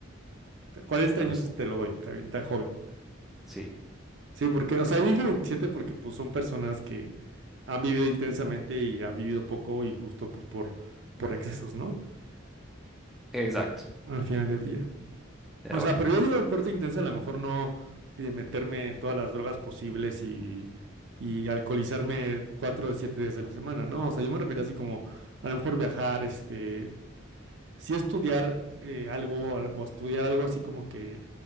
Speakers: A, on the right; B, in the centre.
A: Te- 40
B: Hasta
A: años
B: los, cu-
A: te lo doy, está bien, está joven.
B: sí,
A: Sí, porque, o sea, yo dije 27 porque pues son personas que han vivido intensamente y han vivido poco y justo pues por, por excesos, ¿no?
B: exacto.
A: al final del día.
B: Pero
A: O sea,
B: bueno.
A: pero yo digo corte intensa, a lo mejor no de meterme todas las drogas posibles y, y alcoholizarme cuatro de siete días de la semana, ¿no? O sea, yo me refiero así como a lo mejor viajar, este, sí estudiar eh, algo, a lo- o estudiar algo así como que,